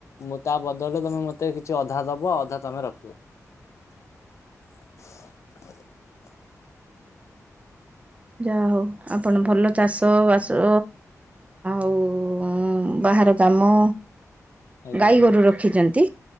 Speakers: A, on the left; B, on the right.
A: ମୁଁ ତା ବଦଳରେ ତମେ ମତେ କିଛି ଅଧା ଦବ ଅଧା ତମେ ରଖିବ। <inaudible>
B: ଯାହୋଉ ଆପଣ ଭଲ ଚାଷ ବାସ ଆଉ ବାହାର କାମ
A: ଆଜ୍ଞା
B: ଗାଈ ଗୋରୁ ରଖିଛନ୍ତି।